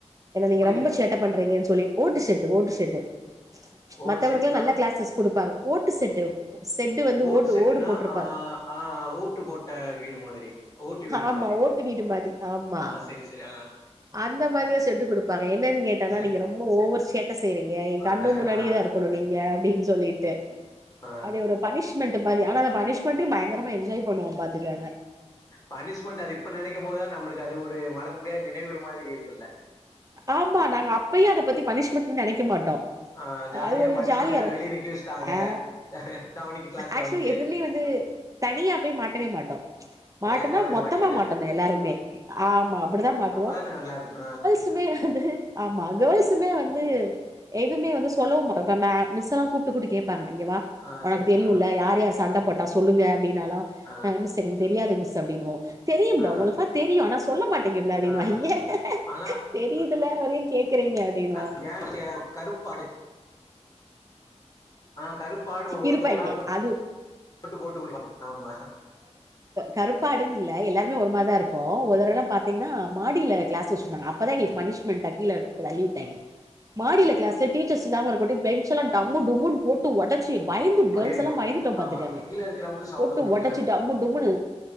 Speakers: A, on the right; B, on the left.
A: ஏன்னா நீங்க
B: புரியல
A: ரொம்ப சேட்ட பண்றீங்கன் சொல்லி ஓட்டு செட்டு ஓட்டு செட்டு
B: ஓட்டு
A: மத்தவங்களுக்கெல்லா
B: சீட்னா
A: நல்லா க்ளாசஸ் குடுப்பாங்க ஓட்டு செட்டு செட்டு வந்து
B: ஓட்டு செட்டுனா
A: ஓடு போட்டிருப்பாங்க
B: அ ஆ ஓட்டு போட்ட வீடு மாறி ஓட்டு வீடு
A: ஆமா
B: மாத்ரி
A: ஓட்டு வீடு மாதி ஆமா
B: ஆ செரி செரி ஆ
A: அந்த மாறிதா செட்டு கொடுப்பாங்க என்னன்னு கேட்டனா
B: செரி
A: நீங்க ரொம்ப ஒவர் சேட்ட செய்யறீங்க என்
B: ஆ
A: கண்ணு‌ முன்னாடியேதா
B: ஆ
A: இருக்கு குனு நீங்க அப்டின் சொல்லிட்டு டு
B: ஆ
A: அது ஒரு பனிஷ்மெண்ட் பாதி ஆனா பனிஷ்மெண்டயு பயங்கரமா என்ஜாய் பண்ணுவோ பாத்துக்க
B: பனிஷ்மெண்ட்ட அது இப்ப நெனைக்கும் போதுதா நம்மளுக்கு அது ஒரு மறக்க முடியாத நினைவுகள் மாதிரி இருக்குல்ல
A: ஆமா நாங்க அப்பயையே அத பத்தி பனிஷ்மெண்ட்ன்னு நெனைக்க மாட்டோ
B: ஆ ஜாலியா
A: அது ஒரு
B: பனிஷ்மெண்ட்
A: ஜாலியா
B: தான
A: இருக்கூ
B: வெளிய நிக்க வச்சுட்டாங்க
A: அ
B: கவனிக்க கிளாஸ்
A: ஆக்சுவலி
B: கவனிக்க
A: எதுமே வந்து தனியா போய் மாட்டவே மாட்டோ மாட்டனா
B: கேங்காவே
A: மொத்தமா
B: மாட்டிக்கிறது
A: மாட்டணு எல்லாருமே ஆமா அப்படிதா மாட்
B: அப்பதான நல்லா இருக்கூ
A: துமே அது ஆமா கேர்ள்ஸ் த்துமே வந்து எதுமே வந்து சொல்லவூ மே மிஸ்ஸலா கூட்டு கூட்டு கேப்பாங்க இங்க வா
B: ஆ
A: உனக்கு
B: சரி
A: தெரியுல
B: ஆ
A: யார் யார் சண்ட
B: ம்
A: போட்டா சொல்லுங்க அப்டின்னாலா
B: ஆ
A: மிஸ் தெரிந் தெரியாது மிஸ் அப்டின்னுவோ தெரியும்புள
B: ஆ
A: உங்களுக்குலா தெரியு ஆனா சொல்ல மாட்டேங்கபிள அப்டின்னுவாய்ங்க
B: ஆ ஆனா
A: தெரியுட்டுல அப்ற ஏ கேக்குறீங்க அப்டின்னு
B: <inaudible> கருப்பாடு ஆ கருப்பாடு
A: இருப்பாய்ங்க
B: ஒரு ஆள் மட்டு
A: அது
B: போட்டு குடுப்பாங் ஆமா
A: கருப்பாடுன்னுல்ல எல்லாருமே ஒரு மாரிதா இருப்போ ஒரு தடவ பாத்தீங்னா மாடில கிளாஸ் வச்சிருந்தாங்க அப்பதா எங்களுக்கு பனிஷ் மென்ட்டா கீழ தள்ளி விட்டாய்ங்க மாடில கிளாஸ்ல டீச்சர்ஸ்லா வருங்காட்டி பெஞ்செல்லாம் டம்மு டும்முன் போட்டு ஒடச் சி பயந்துட் கேர்ள்ஸ்
B: ஐயயோ
A: எல்லா பயந்துட்டோ
B: ஆ
A: பாத்துக்கங்க
B: கீழ இருக்கிறவங்களுக்கு சவுண்ட்
A: போட்டு
B: வருல்ல
A: ஒடைச்சிட் டம்மு டுமீமுனு